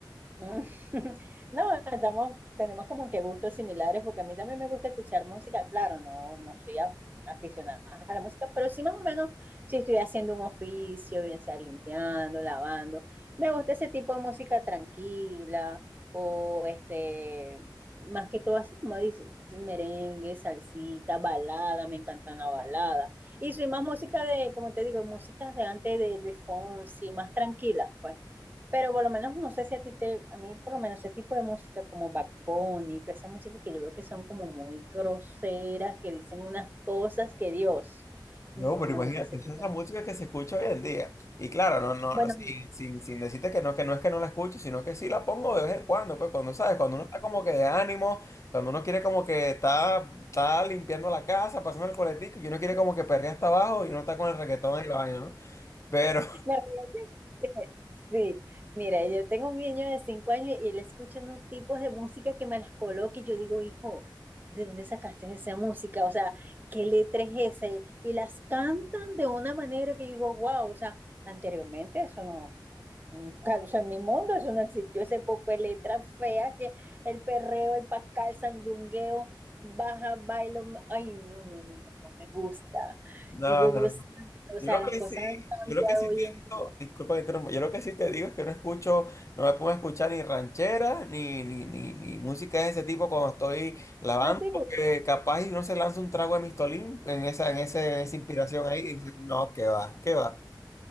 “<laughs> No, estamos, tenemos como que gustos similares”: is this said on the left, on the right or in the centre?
Right